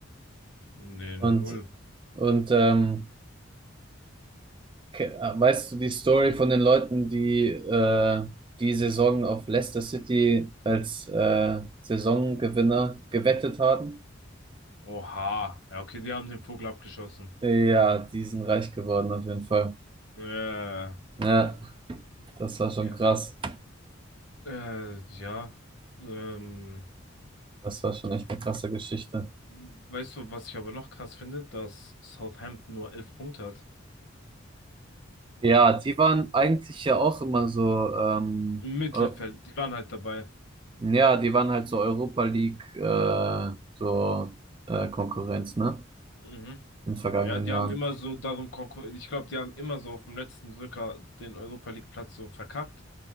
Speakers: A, on the left; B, on the right.
A: Nee,
B: Und,
A: null.
B: und ähm, ke- äh, weißt du die Story von den Leuten, die äh, die Saison auf Leicester City als äh, Saisongewinner gewettet haben?
A: Oha. Ja, okay, die haben den Vogel abgeschossen.
B: Ja, die sind reich geworden auf jeden Fall.
A: Äh, ja,
B: Ja, das war schon
A: ne
B: krass.
A: äh, ja. Ähm,
B: Das war schon echt eine krasse Geschichte.
A: weißt du, was ich aber noch krass finde? Dass Southampton nur elf Punkte hat.
B: Ja, die waren eigentlich ja auch immer so ähm,
A: Im Mittelfeld,
B: eu-
A: die waren halt dabei.
B: Ja, die waren halt so Europa League, äh, so äh, Konkurrenz, ne?
A: Mhm.
B: In den vergangenen
A: Ja, die
B: Jahren.
A: haben immer so darum konkurriert. Ich glaube, die haben immer so auf dem letzten Drücker den Europa League Platz so verkackt.